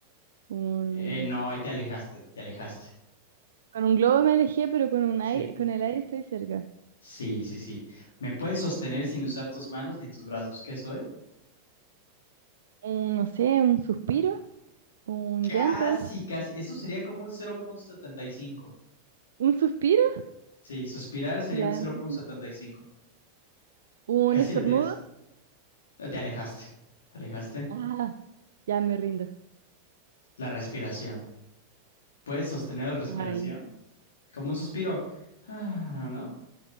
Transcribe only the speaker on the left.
Eh, no, ahí te alejaste, te alejaste.
Sí,
sí, sí, sí. Me puedes sostener sin usar tus manos ni tus brazos. ¿Qué soy?
Casi,
casi. Eso sería como un 0.75.
Sí, suspirar sería
un 0.75.
Casi
la tienes. Te alejaste, alejaste.
La respiración. Puedes sostener la respiración
como un suspiro. Ah, ¿no?